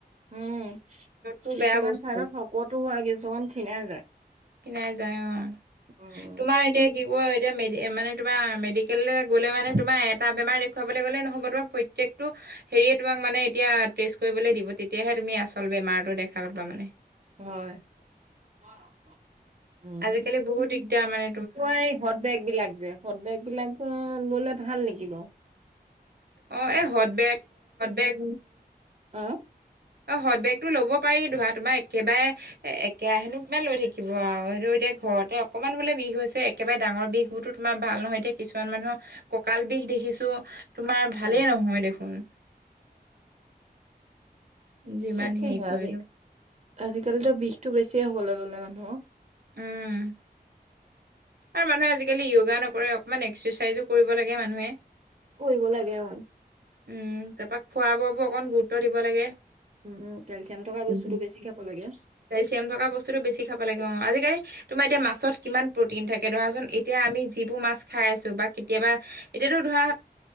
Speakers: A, on the right; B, on the right.
A: উম
B: টো
A: কিছুমান
B: বেয়া বস্তু
A: থাইৰদ শকতো হয় কিছুমান ক্ষিণাই যায়
B: ক্ষিণাই যায় অঁ
A: উম
B: তোমাৰ এতিয়া কি ক' এতিয়া মেডি মানে তোমাৰ মেডিকেললৈ গ'লে মানে তোমাৰ এটা বেমাৰ দেখুৱাবলৈ গ'লে নহ'ব তোমাৰ প্ৰত্যেক তো হেৰিয়ে তোমাক মানে এতিয়া টেষ্ট কৰিব দিব তেতিয়াহে তুমি আচল বেমাৰ দেখা পাবা মানে
A: হয়। উম
B: আজিকালি বহুত দিগদাৰ মানে
A: তোমাৰ এই হদ বেগ বিলাক যে হদ বেগ বিলাক অঁ ললে ভাল নিকি বাৰু
B: অঁ এ হট বেগ হট বেগ
A: অহঁ।
B: অঁ হডবেগটো লব পাৰি ধৰা তোমাৰ একেবাৰে এক একেৰাহেনো কিমান লৈ থাকিব আৰু সেইটো এতিয়া ঘৰতে অকণমান বোলে বিষ হৈছে একেবাৰে ডাঙৰ বিষ বোৰতো তোমাৰ ভা ভাল নহয় এতিয়া কিছুমান মানুহৰ ককাল বিষ দেখিছো তোমাৰ
A: অ
B: ভালেই নহয় দেখোন যিমান
A: তাকেই
B: হেৰি
A: হা
B: কৰিলো
A: আজি আজিকালিতো বিষটো বেছি সে হ'বলৈ ল'লে মানুহৰ
B: উম। আৰু মানুহে আজিকালি য়োগা নকৰে অকমান এক্সাৰচাইজো কৰিব লাগে মানুহে
A: কৰিব লাগে অ
B: উম তাৰপৰা খোৱা বোৱাবোৰ অকণ গুৰুত্ব দিব লাগে
A: উম উম কেলচিয়াম থকা বস্তুতটো
B: উম
A: বেছি খাব লাগে
B: কেলচিয়াম থকা বস্তুটো বেছি খাব লাগে অ আজিকালি তোমাৰ এতিয়া মাছত কিমান প্ৰ'টিন থাকে ধৰাচোন এতিয়া আমি যিবোৰ মাছ খাই আছোঁ বা কেতিয়াবা
A: নাই
B: এতিয়াতো ধৰা